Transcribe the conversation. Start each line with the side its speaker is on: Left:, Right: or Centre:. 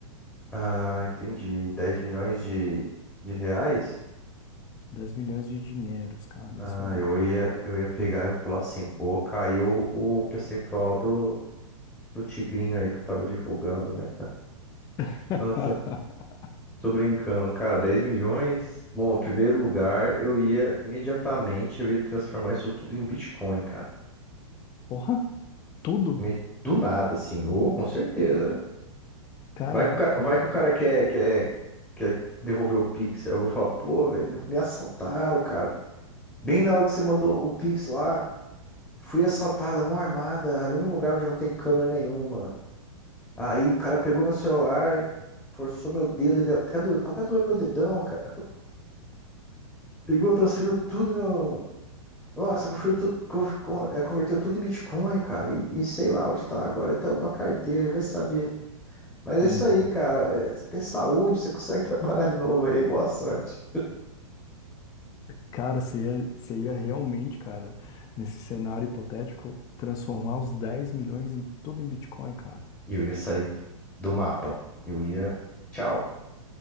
Centre: Ah, entendi. 10 milhões de, de reais?
Left: Dez milhões de dinheiros, cara,
Centre: Ah,
Left: isso aí.
Centre: eu ia, eu ia pegar e vou falar assim, pô, caiu o percentual do, do tigrinho aí que eu tava divulgando, né?
Left: <laughs>
Centre: Nossa, tô brincando. Cara, Dez milhões? Bom, em primeiro lugar, eu ia imediatamente, eu ia transformar isso tudo em Bitcoin, cara.
Left: Porra, tudo?
Centre: Me- Do nada, assim, ou com certeza.
Left: Caraca.
Centre: Vai que o cara, vai que o cara quer, quer, quer devolver o Pix. Aí Eu vou falar, pô, velho, me me assaltaram, cara. Bem na hora que você mandou o Pix lá, fui assaltada, mão armada, ali num lugar onde não tem câmera nenhuma. Aí o cara pegou meu celular, forçou meu dedo e deu. Até doeu, tá até doendo meu dedão, cara. Pegou, transferiu tudo meu. Nossa, converteu, tudo, con- con- é, converteu tudo em Bitcoin, cara. E, e sei lá onde tá agora. Ele Tem alguma carteira, ele vai saber. Mas é
Left: Nossa.
Centre: isso aí, cara. É, você tem saúde, você consegue <laughs> trabalhar de novo aí. Boa sorte.
Left: Cara, você ia, você ia realmente, cara, nesse cenário hipotético, transformar os 10 milhões em tudo em Bitcoin, cara.
Centre: E eu ia sair do do mapa. Eu ia. Tchau.